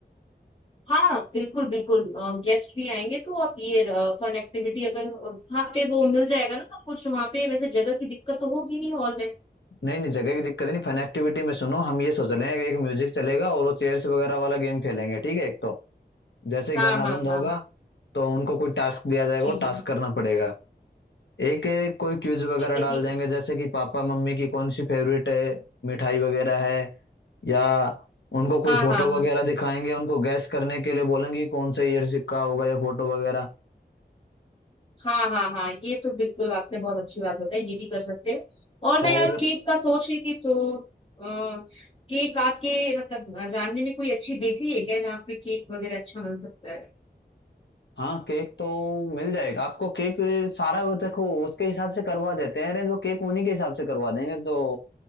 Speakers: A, on the left; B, on the left.
A: हाँ बिल्कुल बिल्कुल गेस्ट भी आएंगे तो आप ये फन एक्टिविटी अगर वहाँ पे वो मिल जाएगा ना सब कुछ वहाँ पे वैसे जगह की दिक्कत तो होगी नहीं हॉल में
B: नहीं नहीं जगह की दिक्कत नहीं फन एक्टिविटी में सुनो हम ये सोच रहे हैं कि एक म्यूजिक चलेगा और वो चेयर्स वगैरह वाला गेम खेलेंगे ठीक है एक तो जैसे ही
A: हाँ
B: गाना
A: हाँ
B: बंद होगा
A: हाँ हाँ
B: तो उनको कोई टास्क दिया जाएगा
A: जी
B: वो
A: जी
B: टास्क करना पड़ेगा एक एक कोई क्यूज वगैरह
A: ठीक है
B: डाल
A: ठीक
B: देंगे
A: है
B: जैसे कि पापा मम्मी की कौन सी फेवरेट है मिठाई वगैरह है या उनको कोई
A: हाँ
B: फोटो
A: हाँ हाँ
B: वगैरह दिखाएंगे उनको गैस करने के लिए बोलेंगे कि कौन से ईयर का होगा या फोटो वगैरह
A: हाँ हाँ हाँ ये तो बिल्कुल आपने बहुत अच्छी बात बताई ये भी कर सकते हो और
B: और
A: मैं यार केक का सोच रही थी तो आ, केक आपके मतलब जानने में कोई अच्छी बेकरी है क्या जहाँ पे केक वगैरह अच्छा मिल सकता है
B: हाँ केक तो मिल जाएगा आपको केक सारा वो देखो उसके हिसाब से करवा देते हैं अरेंज वो केक उन्हीं के हिसाब से करवा देंगे तो